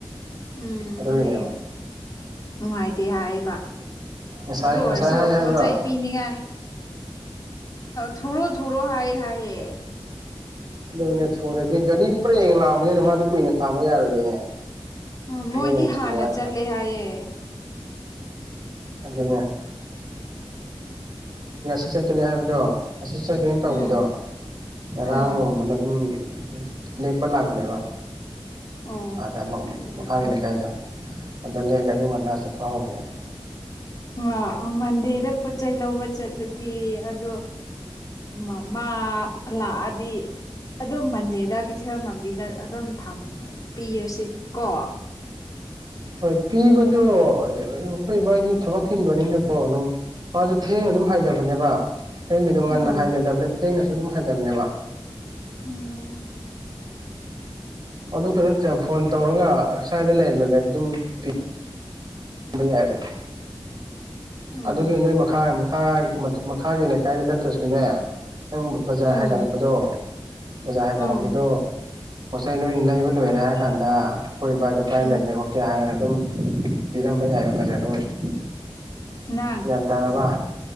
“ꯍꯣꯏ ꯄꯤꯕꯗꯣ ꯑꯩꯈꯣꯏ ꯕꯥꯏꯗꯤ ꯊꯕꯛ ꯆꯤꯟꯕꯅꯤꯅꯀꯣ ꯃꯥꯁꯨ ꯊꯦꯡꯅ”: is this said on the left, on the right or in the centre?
Right